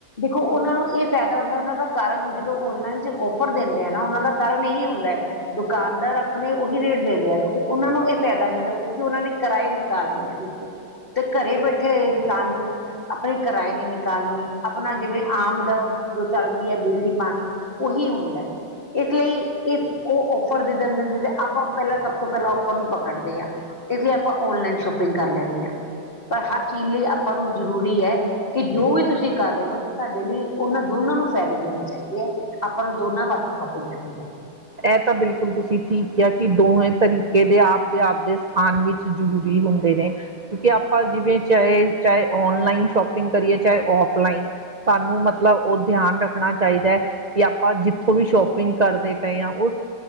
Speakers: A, on the left; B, on the right.
A: ਦੇਖੋ ਉਹਨਾਂ ਨੂੰ ਇਹ ਫ਼ਾਇਦਾ ਹੁੰਦਾ ਉਹਨਾਂ ਦਾ ਕਾਰਨ ਜਦੋਂ ਔਨਲਾਈਨ ਚ ਔਫਰ ਦਿੰਦੇ ਏ ਨਾ ਉਹਨਾਂ ਦਾ ਕਾਰਨ ਇਹੀ ਹੁੰਦਾ। ਦੁਕਾਨਦਾਰ ਆਪਣੇ ਉਹੀ ਰੇਟ ਦੇ ਰਹੇ ਆ ਕਿਉਂਕਿ ਉਹਨਾਂ ਨੂੰ ਇਹ ਫਾਇਦਾ ਨੀ ਹੁੰਦਾ ਕਿਉਂਕਿ ਉਹਨਾਂ ਨੇ ਕਿਰਾਏ ਨਿਕਾਲਣੇ ਆ ਤੇ ਘਰੇ ਬੈਠੇ ਹੋਏ ਇਨਸਾਨ ਨੂੰ ਆਪਣੇ ਕਿਰਾਏ ਨੀ ਨਿਕਾਲਣੇ ਆਪਣਾ ਜਿਵੇਂ ਆਮ ਦਾ ਜੋ ਚੱਲਦੀ ਹੈ ਬਿਜਲੀ ਪਾਣੀ ਉਹੀ ਹੁੰਦਾ ਹੈ। ਇਸ ਲਈ ਇਸ ਉਹ ਔਫਰ ਦੇ ਦਿੰਦੇ ਨੇ ਤੇ ਆਪਾਂ ਪਹਿਲਾਂ ਸਭ ਤੋਂ ਪਹਿਲਾਂ ਔਫਰ ਨੂੰ ਪਕੜਦੇ ਹਾਂ। ਇਸ ਲਈ ਆਪਾਂ ਔਨਲਾਈਨ ਸ਼ੋਪਿੰਗ ਕਰ ਲੈਂਨੇ ਹਾਂ। ਪਰ ਹਰ ਚੀਜ਼ ਲਈ ਆਪਾਂ ਨੂੰ ਜ਼ਰੂਰੀ ਏ ਕਿ ਜੋ ਵੀ ਤੁਸੀਂ ਕਰ ਰਹੇ ਹੋ ਸਾਡੇ ਲਈ ਉਹਨਾਂ ਦੋਨਾਂ ਨੂੰ ਫਾਇਦੇ ਦੇਣੇ ਚਾਹੀਦੇ ਆ ਆਪਾਂ ਨੂੰ ਦੋਨਾਂ ਪਾਸੇ ਕੋਪਿਗ ਕਰਨੇ ਚਾਹੀਦੇ
B: ਇਹ ਤਾਂ ਬਿਲਕੁਲ ਤੁਸੀਂ ਠੀਕ ਕਿਹਾ ਕਿ ਦੋਵੇਂ ਤਰੀਕੇ ਦੇ ਆਪਦੇ ਆਪਦੇ ਸਥਾਨ ਵਿੱਚ ਜ਼ਰੂਰੀ ਹੁੰਦੇ ਨੇ ਕਿਉਂਕਿ, ਆਪਾਂ ਜਿਵੇਂ ਚਾਹੇ -ਚਾਹੇ ਔਨਲਾਈਨ ਸ਼ੋਪਿੰਗ ਕਰੀਏ ਚਾਹੇ ਔਫਲਾਈਨ ਸਾਨੂੰ ਮਤਲਬ ਉਹ ਧਿਆਨ ਰੱਖਣਾ ਚਾਹੀਦਾ ਹੈ। ਕਿ ਆਪਾਂ ਜਿੱਥੋਂ ਵੀ ਸ਼ੋਪਿੰਗ ਕਰਦੇ ਪਏ ਆ ਉਹ